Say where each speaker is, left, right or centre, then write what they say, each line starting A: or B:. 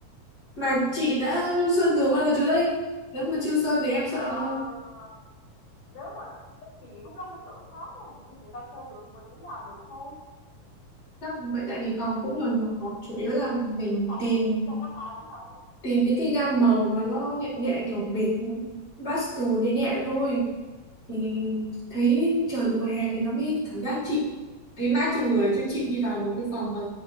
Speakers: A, on the left; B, on the left.
A: mà
B: ừm.
A: chị đã sơn tường bao giờ chưa đây nếu mà chưa sơn thì em sợ
B: À, nếu mà chắc chị nghĩ cũng đâu đến nỗi khó đâu, vậy thì người ta sơn được thì mình cũng làm được thôi.
A: chắc là vậy tại vì phòng cũng nhỏ nhỏ chủ yếu là mình
B: Ừm, phòng
A: tìm
B: của chị cũng đâu có to lắm đâu.
A: tìm những cái gam màu mà nó nhẹ nhẹ kiểu biệt pastel nhẹ nhẹ
B: Ừ,
A: thôi thì
B: ừm,
A: thấy trời mùa hè thì nó mới cảm giác chị thấy mát trong người chứ chị đi vào một cái phòng mà